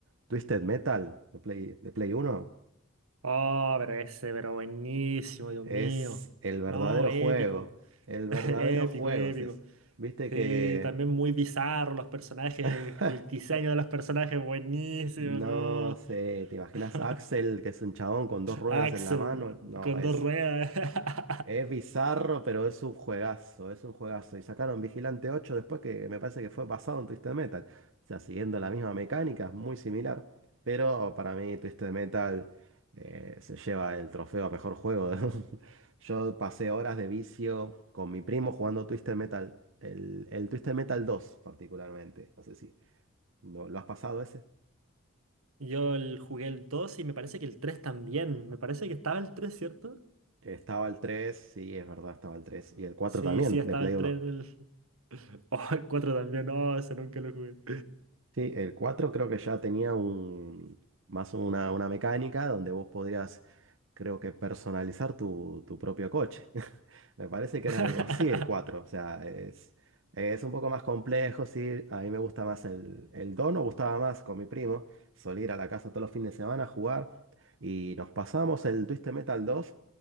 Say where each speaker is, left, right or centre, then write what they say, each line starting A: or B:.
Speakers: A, on the right; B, on the right.
A: Twisted Metal de Play, de Play 1.
B: Oh, pero ese, pero buenísimo, Dios
A: Es
B: mío.
A: el verdadero
B: No, épico.
A: juego. El verdadero
B: <laughs> Épico,
A: juego
B: épico.
A: es eso. Viste
B: Sí,
A: que,
B: también muy bizarro los personajes,
A: <laughs>
B: el diseño de los personajes, buenísimo,
A: no
B: ¿no?
A: sé, ¿te imaginas
B: <laughs>
A: a Axel, que es un chabón con dos ruedas
B: Axel,
A: en la mano? No,
B: con
A: es
B: dos ruedas. <laughs>
A: Es bizarro, pero es un juegazo, es un juegazo. Y sacaron Vigilante 8 después que me parece que fue basado en Twisted Metal. O sea, siguiendo la misma mecánica, es muy similar. Pero para mí Twisted Metal eh, se lleva el trofeo a mejor juego. <laughs> Yo pasé horas de vicio con mi primo jugando Twisted Metal. El, el Twisted Metal 2 particularmente. No sé si ¿no- lo has pasado ese.
B: Yo el- jugué el 2 y me parece que el tres también. Me parece que estaba el tres ¿cierto?
A: Estaba el 3, sí, es verdad, estaba el 3. Y el 4
B: Sí,
A: también,
B: sí, estaba
A: de Play
B: el
A: 1.
B: 3 en el... <laughs> Oh, el 4 también. No, ese nunca lo jugué.
A: Sí, el 4 creo que ya tenía un, más una, una mecánica donde vos podrías creo que personalizar tu, tu propio coche. <laughs> Me parece que
B: <laughs>
A: era algo así el cuatro O sea, es, es un poco más complejo, sí. A mí me gusta más el, el dos nos gustaba más con mi primo. Solía ir a la casa todos los fines de semana a jugar. Y nos pasamos el Twisted Metal dos